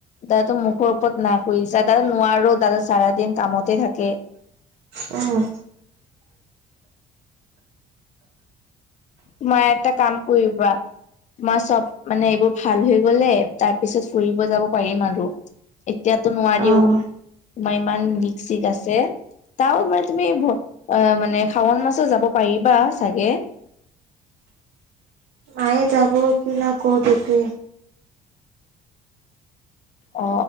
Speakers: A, on the left; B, on the right.
A: দাদা মুখৰ ওপৰত না কৰিছে নোৱাৰো, দাদা চাৰা দিন কামতে থাকে।
B: উম।
A: তোমাৰ এটা কাম কৰিবা? তোমাৰ চব মানে এইবোৰ ভাল হৈ গলে তাৰ পিছত ফুৰিব যাব পাৰিম আৰু। এতিয়াতো নোৱাৰিও,
B: অ।
A: তোমাৰ ইমান লিক- চিক আছে। তাও মানে তুমি অ, মানে শাওণ মাছো যাব পাৰিবা চাগে?
B: তায়ে যাব কি না ক'তটোৱে।
A: অ।